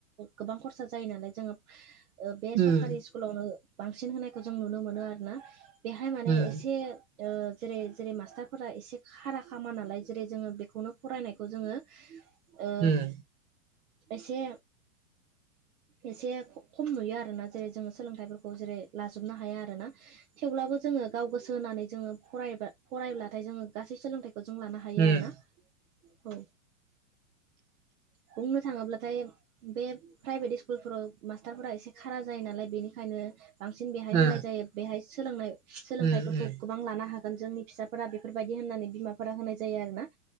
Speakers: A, on the right (about 80°); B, on the right (about 35°).
A: गोबां खरसा जायो नालाय जोङो बे
B: उम
A: सरकारि स्कुलावनो बांसिन होनायखौ जों नुनो मोनो आरोना बेहाय माने
B: उम
A: एसे ओ जेरै जेरै मास्टारफोरा एसे खारा खामा नालाय जेरै जोङो बेखौनो फरायनायखौ जोङो ओ
B: उम
A: एसे एसे खम नुयो आरोना जेरै जोङो सोलोंथाइफोरखौ जेरै लाजोबनो हाया आरोना थेवब्लाबो जोङो गाव गोसो होनानै जोङो फरायबा फरायब्लाथाय जोङो गासै सोलोंथाइ खौ जों लानो हायो
B: उम
A: आरोना औ बुंनो थाङोब्लाथाय बे प्राइभेट स स्कुलफोराव मास्टारफोरा एसे खारा जायो नालाय बेनिखायनो बांसिन बेहाय
B: उम
A: होनाय जायो बेहाय सोलोंनाय सोलोंथाइफोरखौ
B: उम उम
A: गोबां लानो हागोन जोंनि फिसाफोरा बेफोरबायदि होननानै बिमाफोरा होनाय जायो आरोना